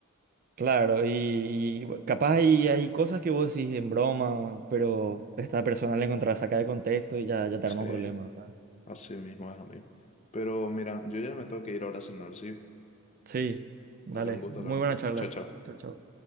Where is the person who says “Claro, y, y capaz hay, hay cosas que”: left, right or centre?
Right